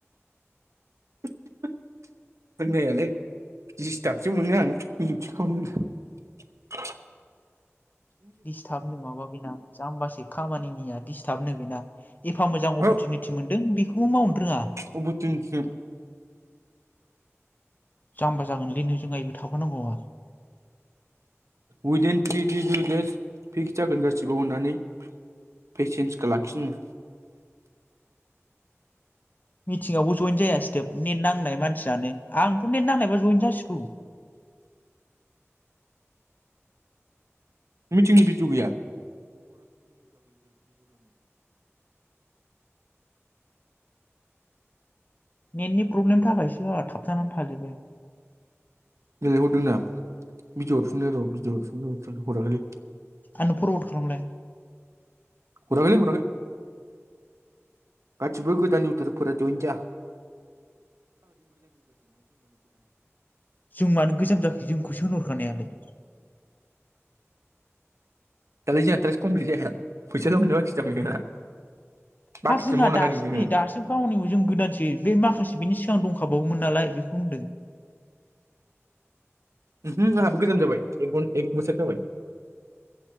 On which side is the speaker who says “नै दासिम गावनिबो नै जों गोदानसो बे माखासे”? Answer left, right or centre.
Left